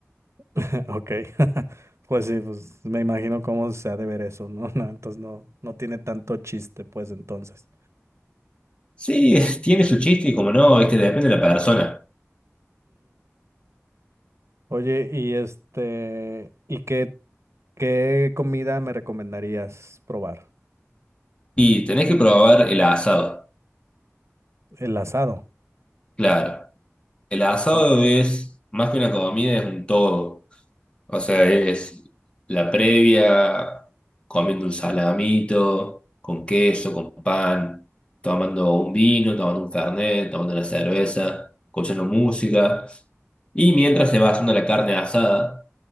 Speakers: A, on the right (about 65°); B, on the left (about 20°).
A: <laughs> Ok. <laughs> Pues sí, pues me imagino cómo se ha de ver eso, ¿no? <laughs> No, entonces no, no tiene tanto chiste, pues entonces.
B: Sí, es- tiene su chiste y como no, este depende de la persona.
A: Oye, y este, ¿y qué, qué comida me recomendarías probar?
B: Y tenés que probar el asado.
A: El asado.
B: Claro, el asado
A: O-
B: es más que una comida, es un todo. O sea, es la previa, comiendo un salamito, con queso, con pan, tomando un vino, tomando un fernet, tomando una cerveza, escuchando música. Y mientras se va haciendo la carne asada,